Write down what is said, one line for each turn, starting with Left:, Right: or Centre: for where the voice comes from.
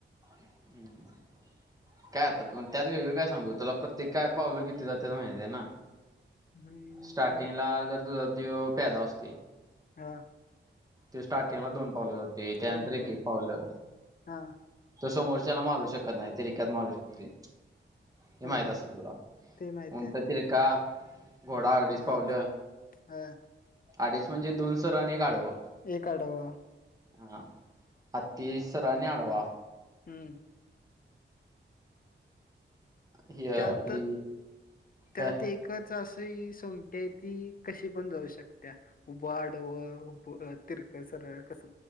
Right: हम्म काय आता त्यात वेगळं काय सांगू तुला प्रत्येक काय पावलं किती जात्यात माहिती आहे ना?
Left: हम्म
Right: स्टार्टिंगला जर तुझ त्यो प्यादा असतोय.
Left: हा
Right: तो स्टार्टिंगला दोन पावलं जातोय त्यानंतर
Left: दोन
Right: एक
Left: पाऊल
Right: एक पावलं.
Left: हा
Right: तस मोर्चाला मारू शकत नाहीत. तिरिक्यात मारू शकतोय हे
Left: हा
Right: माहित असल तुला
Left: ते माहित
Right: उंट
Left: आहे
Right: तिरका घोडा आडीच
Left: ह
Right: पावलं
Left: ह
Right: आडीच म्हणजे दोन सरळ आणि एक आढव
Left: एक आडव
Right: हा हाती सरळ आणि आडवा
Left: हम
Right: ही
Left: त्यात
Right: आपली
Left: त्यात
Right: काय
Left: एकच अस सोगटी हाय ती कशी पण जाऊ शकत्या उभ आडवं, उभं, तिरक, सरळ सरळ कस